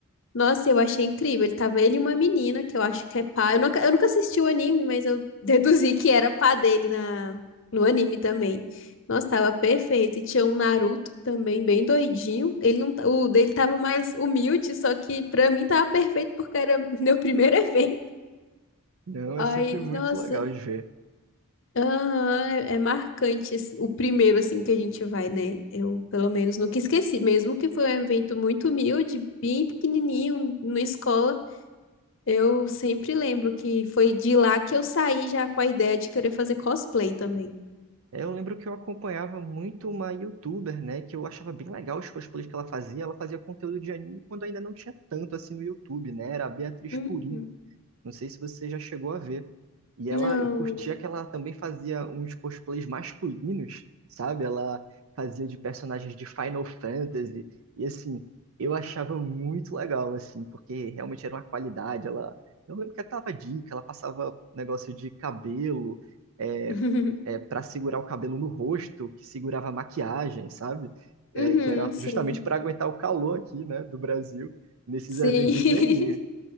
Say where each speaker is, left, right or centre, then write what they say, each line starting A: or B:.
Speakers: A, on the left (about 60°); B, on the right (about 70°).
A: Nossa, eu achei incrível. Ele tava ele e uma menina que eu acho que é pá. Eu nunca, eu nunca assisti o anime, mas eu <laughs> deduzi que era pá dele na, no anime também. Nossa, tava perfeito. E tinha um Naruto também, bem doidinho. Ele não, ta- o dele tava mais humilde, só que pra mim tava perfeito porque era <laughs> meu primeiro evento.
B: Não,
A: ai
B: é sempre muito
A: nossa,
B: legal de ver.
A: aham, é, é marcante esse- o primeiro assim que a gente vai, né? Eu, pelo menos, nunca esqueci, mesmo que foi um evento muito humilde, bem pequenininho, numa escola Eu sempre lembro que foi de lá que eu saí já com a ideia de querer fazer cosplay também.
B: É, Eu lembro que eu acompanhava muito uma youtuber, né, que eu achava bem legal os cosplays que ela fazia. Ela fazia conteúdo de anime quando ainda não tinha tanto assim no YouTube, né? Era a Beatriz
A: Uhum.
B: Purim. Não sei se você já chegou a ver. E ela,
A: Não,
B: eu curtia
A: não.
B: que ela também fazia uns cosplays masculinos, sabe? Ela fazia de personagens de Final Fantasy. E assim, eu achava muito legal, assim, porque realmente era uma qualidade. Ela, eu lembro que ela tava dica, ela passava um negócio de cabelo, é,
A: <laughs>
B: é, para segurar o cabelo no rosto, que segurava a maquiagem, sabe? É,
A: Uhum,
B: que era
A: sim.
B: justamente para aguentar o calor aqui, né, do Brasil, nesses
A: Sim.
B: eventos
A: <laughs>
B: de anime.